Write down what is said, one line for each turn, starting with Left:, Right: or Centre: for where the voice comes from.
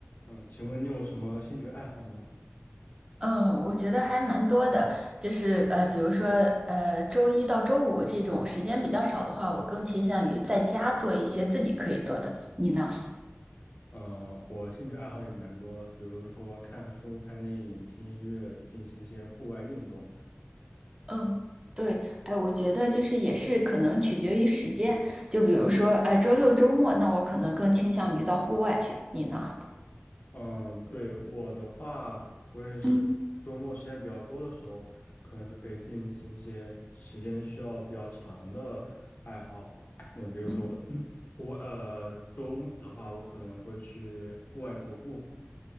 Left: 嗯，请问你有什么兴趣爱好吗？
Right: 嗯，我觉得还蛮多的，就是呃，比如说呃，周一到周五这种时间比较少的话，我更倾向于在家做一些自己可以做的。你呢？
Left: 嗯，我兴趣爱好也蛮多的，比如说看书、看电影、听音乐，进行一些户外运动。
Right: 嗯对，哎，我觉得就是也是可能取决于时间，就比如说，哎，周六周末，那我可能更倾向于到户外去。你呢？
Left: 嗯，对，我的话，我也是周末时间比较多的时候，
Right: 嗯
Left: 可能就可以进行一些时间需要比较长的爱好。嗯，比如说
Right: 嗯。
Left: <clears throat> 户外，呃，周末的话，我可能会去户外徒步，